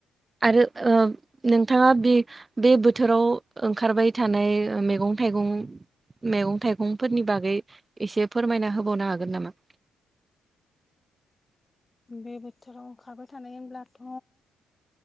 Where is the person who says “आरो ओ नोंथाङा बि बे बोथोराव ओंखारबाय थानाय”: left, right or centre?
Right